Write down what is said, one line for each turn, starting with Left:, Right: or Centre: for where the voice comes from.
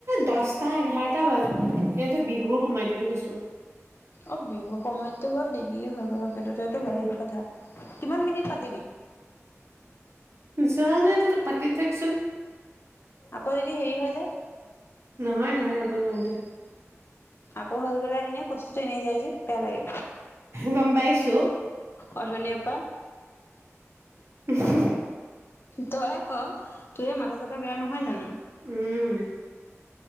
Right: দহটা এঘাৰটা বাজে ইয়াতেবিহুৰ সময়ত সেই টো কৈছোঁ।
Left: অ বিহুৰ সময়তো বাৰু দেৰিয়ে হয় বাৰু।। সেইটো এটা
Right: উম
Left: বেলেগ কথা কিমান মিনিট পাতিবি?
Right: যোৱা নাই তহঁতে পাতি থাকচোন।
Left: আকৌ যদি হেৰি হৈ যায়
Right: নহয় নহয় একো নহয়তো
Left: আকৌ হৈ গলে এনেই কষ্টটো এনেই যায় যে বেয়া লাগে
Right: গম পাইছো
Left: অথনিৰ পৰা
Right: হম
Left: তইয়ে ক তোৰে মাথা চাথা বেয়া নহয় জানো
Right: উম